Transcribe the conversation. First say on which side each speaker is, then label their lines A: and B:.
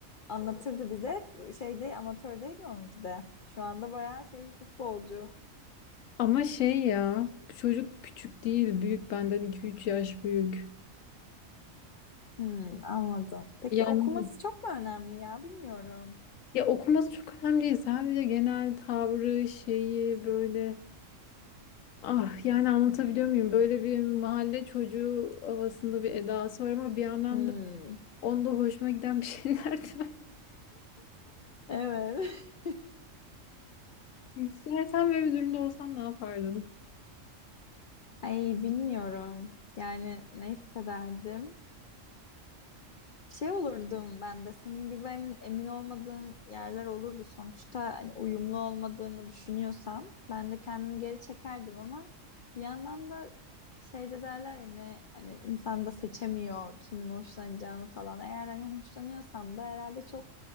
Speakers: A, on the left (about 60°); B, on the left (about 80°).
A: anlatırdı bize şeyde amatördeydi onunki de. Şu anda bayağı şey futbolcu.
B: Ama şey ya çocuk küçük değil büyük benden iki üç yaş büyük.
A: Hmm, anladım. Peki
B: Yani
A: okuması çok mu önemli ya bilmiyorum.
B: ya okuması çok önemli değil. Sadece genel tavrı şeyi böyle ah yani anlatabiliyor muyum? Böyle bir mahalle çocuğu havasında bir edası var ama bir yandan
A: Hmm,
B: da onda hoşuma giden bir şeyler de var.
A: evet.
B: <laughs> Sen böyle bir durumda olsan ne yapardın?
A: <laughs> Ay bilmiyorum. Yani ne hissederdim? Şey olurdum ben de senin gibi emin, emin olmadığım yerler olurdu. Sonuçta hani uyumlu olmadığımı düşünüyorsam ben de kendimi geri çekerdim ama bir yandan da şey de derler ya ne hani insan da seçemiyor kimden hoşlanacağını falan. Eğer hani hoşlanıyorsam da herhalde çok